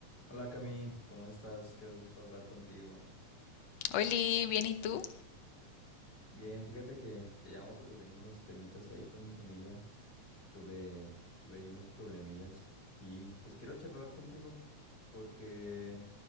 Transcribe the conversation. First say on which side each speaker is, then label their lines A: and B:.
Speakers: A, on the left (about 30°); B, on the left (about 70°).
A: Hola Cami, ¿cómo estás? Qué gusto hablar contigo.
B: Oli, ¿bien y tú?
A: Bien, fíjate que te llamo porque tengo unos temitas ahí con mi familia. Tuve, tuve ahí unos problemillas y pues quiero charlar contigo porque